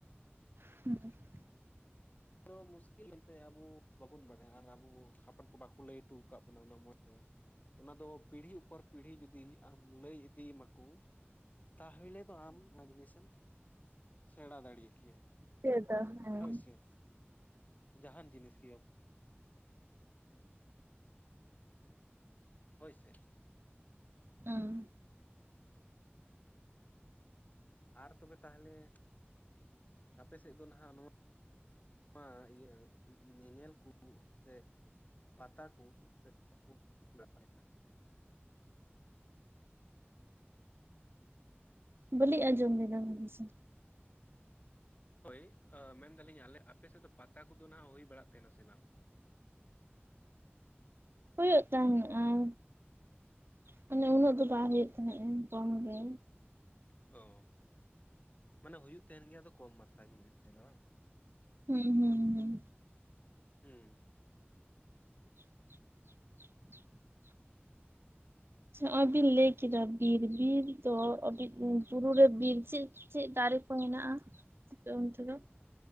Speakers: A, on the right; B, on the left.
A: <unintelligible>
B: ᱟᱫᱚ ᱢᱩᱥᱠᱤᱞ ᱮᱱᱛᱮ ᱟᱵᱩ ᱵᱟᱵᱩᱱ ᱵᱟᱲᱟᱭᱟ ᱟᱨ ᱟᱵᱩ ᱦᱟᱯᱲᱟᱢ ᱠᱚ ᱵᱟᱠᱚ ᱞᱟᱹᱭ ᱦᱚᱴᱚ ᱟᱠᱟᱫ ᱵᱚᱱᱟ ᱩᱱᱟᱹᱜ ᱢᱚᱸᱡᱽᱛᱮ ᱚᱱᱟ ᱫᱚ ᱯᱤᱲᱦᱤ ᱩᱯᱚᱨ ᱯᱤᱲᱦᱤ ᱡᱩᱫᱤ ᱟᱢ ᱞᱟᱹᱭ ᱤᱫᱤᱭᱟᱢᱟᱠᱩ ᱛᱟᱦᱚᱞᱮ ᱫᱚ ᱟᱢ ᱚᱱᱟ ᱡᱤᱱᱤᱥᱮᱢ ᱥᱮᱬᱟ ᱫᱟᱲᱮ ᱠᱮᱭᱟ
A: ᱪᱮᱫᱟᱫᱟ ᱦᱟᱸᱭ
B: ᱦᱳᱭ ᱥᱮ ᱡᱟᱦᱟᱱ ᱡᱤᱱᱤᱥ ᱜᱮᱢ ᱦᱳᱭ ᱥᱮ
A: ᱦᱩᱸ
B: ᱟᱨ ᱛᱚᱵᱮ ᱛᱟᱦᱚᱞᱮ ᱟᱯᱮ ᱥᱮᱫ ᱫᱚ ᱱᱟᱦᱟᱜ ᱱᱚᱣᱟ ᱱᱟᱣᱟ ᱤᱭᱟᱹ ᱧᱮᱧᱮᱞ ᱠᱩ ᱥᱮ ᱯᱟᱛᱟ ᱠᱚ <unintelligible>
A: ᱵᱟᱹᱞᱤ ᱟᱸᱡᱚᱢ ᱞᱮᱫᱟ ᱞᱟᱹᱭ ᱢᱮᱥᱮ
B: ᱦᱳᱭ ᱟᱹ ᱢᱮᱱᱫᱟᱞᱤᱧ ᱟᱞᱮ ᱟᱯᱮᱥᱮᱫ ᱫᱚ ᱯᱟᱛᱟ ᱠᱚᱫᱚ ᱱᱟᱜ ᱦᱩᱭ ᱵᱟᱲᱟᱜ ᱛᱟᱦᱮᱱᱟ ᱥᱮ ᱵᱟᱝ
A: ᱦᱩᱭᱩᱜ ᱛᱟᱦᱮᱸᱱᱤᱜᱟᱭ ᱢᱟᱱᱮ ᱩᱱᱟᱹᱜ ᱫᱚ ᱵᱟᱭ ᱦᱩᱭᱩᱜ ᱛᱟᱦᱮᱸᱫᱼᱟ ᱠᱚᱢ ᱜᱮ
B: ᱚᱸ ᱢᱟᱱᱮ ᱦᱩᱭᱩᱜ ᱛᱟᱦᱮᱱ ᱜᱮᱭᱟ ᱛᱚ ᱠᱚᱢ ᱢᱟᱥᱟ ᱜᱮ ᱦᱩᱭᱩᱜ ᱛᱟᱦᱮᱱᱟ ᱵᱟᱝ
A: ᱦᱩᱸ ᱦᱩᱸ ᱦᱩᱸ
B: ᱦᱩᱸ
A: <inaudible> ᱟᱠᱷᱟᱡ ᱱᱟᱜ ᱚᱭ ᱵᱤᱱ ᱞᱟᱹᱭ ᱠᱮᱫᱟ ᱵᱤᱨ ᱵᱤᱨ ᱫᱚ ᱵᱩᱨᱩ ᱨᱮ ᱵᱤᱨ ᱪᱮᱫ ᱪᱮᱫ ᱫᱟᱨᱮ ᱠᱚ ᱦᱮᱱᱟᱜᱼᱟ ᱟᱯᱮ ᱚᱱᱛᱮᱫᱚ